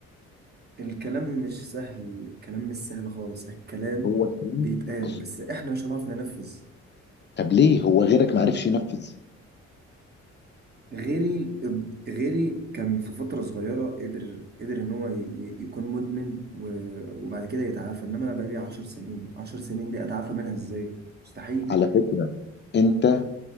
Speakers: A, on the right; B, on the left.
A: الكلام مش سهل الكلام مش سهل خالص الكلام
B: هو الكلام
A: بيتقال
B: بص
A: بس احنا مش هنعرف ننفذ
B: طب ليه هو غيرك ما عرفش ينفذ
A: غيري غيري كان في فترة صغيرة قدر قدر ان هو ي- ي- يكون مدمن و- وبعد كده يتعافى انما انا بقالي عشر سنين عشر سنين دي اتعافى منها ازاي مستحيل
B: على فكرة انت